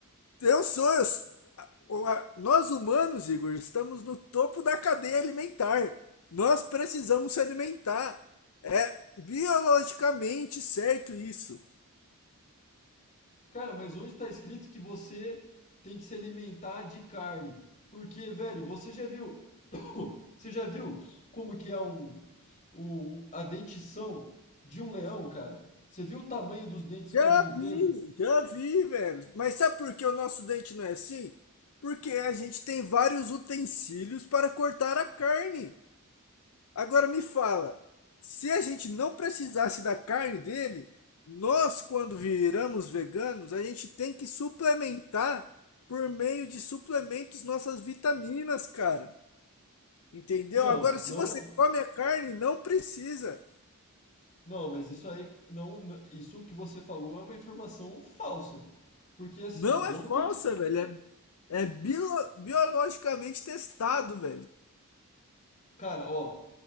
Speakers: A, on the left (about 75°); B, on the left (about 35°).
A: eu sou. eu sou- a- o- a- nós humanos, Igor, estamos no topo da cadeia alimentar. Nós precisamos se alimentar. É biologicamente certo isso.
B: Cara, mas onde tá escrito que você tem que se alimentar de carne? Porque, velho, você já viu. <coughs> Você já viu como que é um, um- um, a dentição de um leão, cara? Você viu o tamanho dos dentes caninos
A: Já vi,
B: dele?
A: já vi, velho. Mas sabe por que o nosso dente não é assim? Porque a gente tem vários utensílios para cortar a carne. Agora me fala, se a gente não precisasse da carne dele, nós, quando viramos veganos, a gente tem que suplementar por meio de suplementos nossas vitaminas, cara. Entendeu?
B: Não,
A: Agora, se
B: não.
A: você come a carne, não precisa.
B: Não, mas isso aí não, n- isso que você falou é uma informação falsa. Porque assim,
A: Não
B: não
A: é falsa,
B: tem que, s-
A: velho. É, é bilo- biologicamente testado, velho.
B: cara, ó,